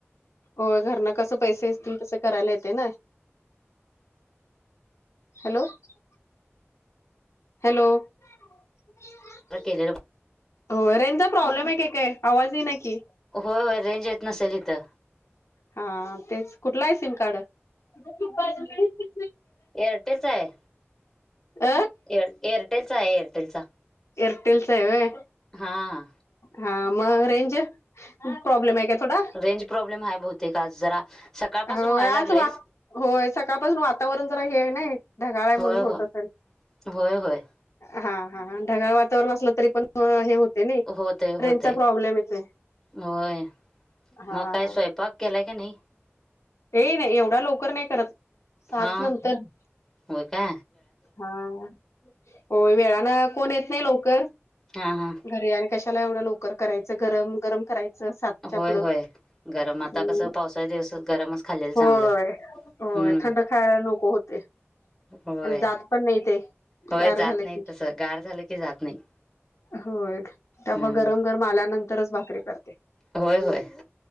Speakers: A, on the left; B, in the centre.
A: हो घरनं कसं पैसे असतील, तसं करायला येतंय ना. <inaudible> hello <inaudible> Hello. <inaudible>
B: <unintelligible>
A: हो रेंजचा प्रॉब्लेम आहे का काय? आवाज येईना की.
B: होय, होय. रेंज येत नसेल इथं.
A: हां तेच कुठला आहे सिमकार्ड? <inaudible>
B: एरटेलचा हाय,
A: अ?
B: एर, एरटेलचा हाय, एअरटेलचा.
A: एअरटेलचा हाय व्हय,
B: हा
A: हां मग रेंज? प्रॉब्लेम हाय काय थोडा?
B: रेंज प्रॉब्लेम हाय बहुतेक आज जरा. सकाळपासून
A: होय
B: व्हायला
A: आज
B: लागलंयच.
A: वाता होय, सकाळपासून वातावरण जरा हे आहे नही, ढगाळ आहे
B: होय
A: म्हणून
B: होय
A: होत असेल.
B: होय, होय.
A: हां, हां, हां ढगाळ वातावरण असलं तरी पण हं, हे होतंय नई,
B: होतय होतय
A: रेंजचा प्रॉब्लेम येतोय.
B: होय.
A: हां.
B: मग काय स्वयंपाक केलाय काय नाही?
A: ये नाही एवढ्या लवकर नाही करत, सातनंतर.
B: हा होय का?
A: हां, होय वेळानं कोण येत नाही लवकर.
B: हां हां.
A: घरी आणि कशाला एवढं लवकर करायचं, गरम- गरम करायचं सातच्या
B: होय
A: पुढं,
B: होय. गरम आता
A: हम्म
B: कसं पावसाळ्या दिवस गरमच खाल्लेलं
A: होय.
B: चांगलं
A: होय
B: हम्म
A: थंड खायला नको होतंय.
B: होय.
A: आणि जात पण नाही ते,
B: होय
A: गार
B: जात
A: झालं
B: नाही
A: की.
B: तसं गार झालं की जात नाही.
A: होय, त्यामुळे
B: हम्म
A: गरम -गरम आल्यानंतरच भाकरी करते.
B: होय, होय.